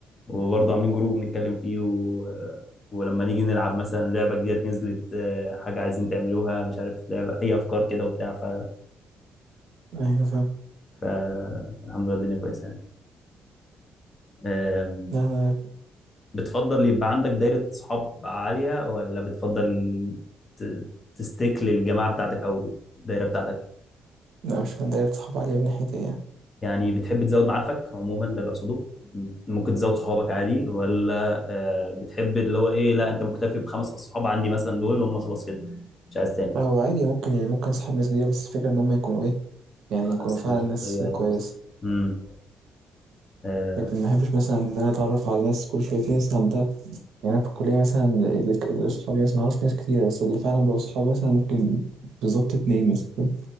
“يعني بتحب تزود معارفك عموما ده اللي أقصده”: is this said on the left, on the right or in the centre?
Left